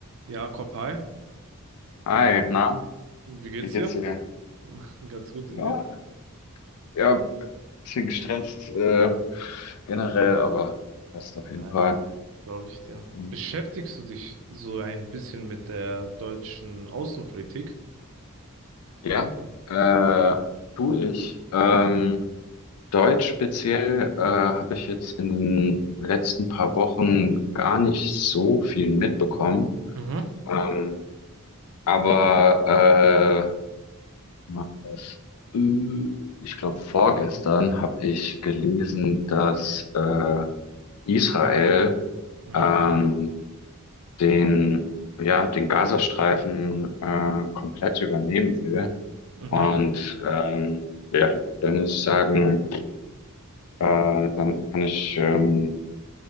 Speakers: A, on the right; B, on the left.
A: Jakob, hi.
B: Hi, na,
A: Wie geht's
B: wie geht's
A: dir?
B: dir?
A: <laughs> Ganz gut
B: Ja,
A: und dir?
B: ja, bisschen gestresst äh, generell, aber passt
A: Ja,
B: auf jeden Fall.
A: Glaube ich dir.
B: Hm.
A: Beschäftigst du dich so ein bisschen mit der deutschen Außenpolitik?
B: Ja, äh, tu ich. Ähm, Deutsch speziell äh, habe ich jetzt in den letzten paar Wochen gar nicht so viel mitbekommen.
A: Mhm,
B: Ähm, aber äh, mach das. Äh, ich glaube, vorgestern habe ich gelesen, dass äh, Israel
A: mhm,
B: ähm, den, ja, den Gazastreifen äh, komplett übernehmen will.
A: mhm.
B: Und ähm, ja, dann muss ich sagen, äh, damit kann ich ähm,